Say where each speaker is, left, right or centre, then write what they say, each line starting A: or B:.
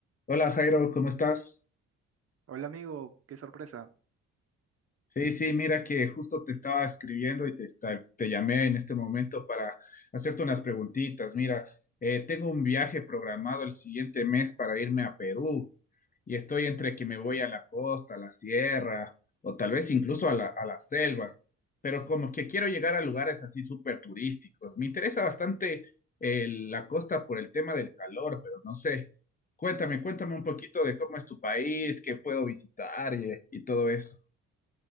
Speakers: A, on the left; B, on the right.
A: Hola Jairo, ¿cómo estás?
B: Hola amigo, qué sorpresa.
A: Sí, sí, mira que justo te estaba escribiendo y te, esta- te llamé en este momento para hacerte unas preguntitas. Mira, eh, tengo un viaje programado el siguiente mes para irme a Perú y estoy entre que me voy a la costa, a la sierra o tal vez incluso a la, a la selva, pero como que quiero llegar a lugares así súper turísticos. Me interesa bastante eh, la costa por el tema del calor, pero no sé. Cuéntame, cuéntame un poquito de cómo es tu país, qué puedo visitar y, y todo eso.